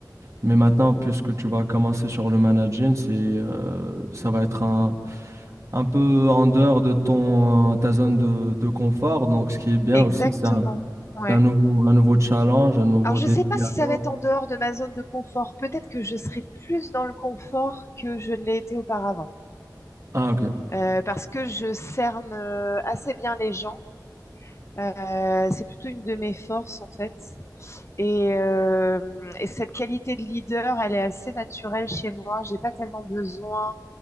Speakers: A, on the right (about 45°); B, on the left (about 40°).
A: mais maintenant, puisque tu vas commencer sur le managing, c'est, euh, ça va être un, un peu en dehors de ton, euh, ta zone de, de confort. Donc, ce qui est bien
B: Exactement,
A: aussi, c'est un,
B: ouais.
A: c'est un nouveau, un nouveau challenge, un nouveau
B: Alors je
A: défi
B: ne sais pas si
A: à
B: ça
A: toi.
B: va être en dehors de ma zone de confort. Peut-être que je serai plus dans le confort que je ne l'ai été auparavant.
A: Ah, ok.
B: Euh, parce que je cerne euh, assez bien les gens. Euh, c'est plutôt une de mes forces en fait. Et, euh, et cette qualité de leader, elle est assez naturelle chez moi. J'ai pas tellement besoin